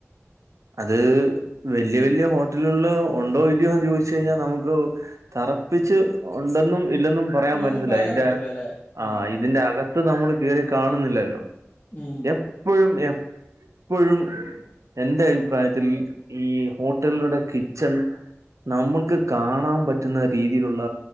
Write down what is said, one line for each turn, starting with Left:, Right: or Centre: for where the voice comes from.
Right: അത് വല്യ വല്യ ഹോട്ടലുകള് ഉണ്ടോ ഇലിയോന്ന് ചോദിച്ച കഴിഞ്ഞാൽ നമുക്ക് തറപ്പിച്ച് ഉണ്ടെന്നും ഇല്ലെന്നും പറയാൻ
Left: ഇല്ലൊന്നും
Right: പറ്റത്തില്ല
Left: പറയാൻ
Right: അയിന്റെ
Left: പറ്റൂല അല്ലെ
Right: ആ
Left: ഉം
Right: ഇതിന്റെ അക നമ്മൾ കേറി കാണുന്നില്ലല്ലോ
Left: ഉം
Right: എപ്പോഴും എപ്പോഴും എനന്റെ അഭിപ്രായത്തിൽ ഈ ഹോട്ടലുടെ കിച്ചൺ നമ്മൾക്ക് കാണാൻ പറ്റുന്ന രീതിയിലുള്ള